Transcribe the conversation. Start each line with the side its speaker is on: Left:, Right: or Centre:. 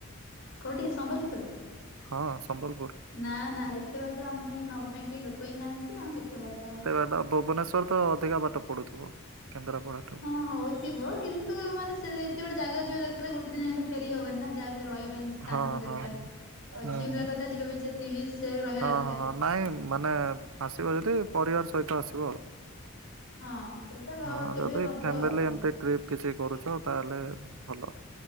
Left: କୋଉଠି ସମ୍ବଲପୁର?
Right: ହଁ ସମ୍ବଲପୁର
Left: ନା ନା ଏତେ ବାଟ ଆମ ପାଇଁ ନବା ପାଇଁ କେଇ ଲୋ କ ହି ନାହାନ୍ତି ଆଉ ଏତେ ବାଟ
Right: ସେଟା ଭୁବନେଶ ତୋର ତ ଅଧିକା ବାଟ ପଡୁଥିବ କେନ୍ଦ୍ରାପଡ଼ା।
Left: ହଁ ହଉଥିବ କିନ୍ତ ତ ମାନେ ସେ ଏତେବେଟେ ଜାଗା ଯିବା ଦରକାର ଗୋଟେ ଦିନରେ ଯାଇ ଫେରି ହବନି ନା। ଯା ବି ହେଲେ ରହିବା ପାଇଁ ସ୍ଥାନ
Right: ହଁ
Left: ବି ଦରକାର।
Right: ହଁ ହୁଁ
Left: ଆଉ ଝିଅ
Right: ହୁଁ।
Left: ପିଲା କଥା ଯିବା ପାଇଁ ସେତି ବି ସେଭ୍ ରହିବା
Right: ହଁ,
Left: ଦରକାର।
Right: ହଁ, ହଁ ନାଇଁ ମାନେ ଆସିବ ଯଦି ପରିବାର ସହିତ ଆସିବ।
Left: ହଁ ସେଇଟା ବ
Right: ହଁ
Left: କେବେ
Right: ଯଦି
Left: ହବ
Right: ଫ୍ୟାମିଲି
Left: ଆଉ
Right: ଏମତି ଟ୍ରିପ୍ କିଛି କରୁଛ ତାହେଲେ ଭଲ।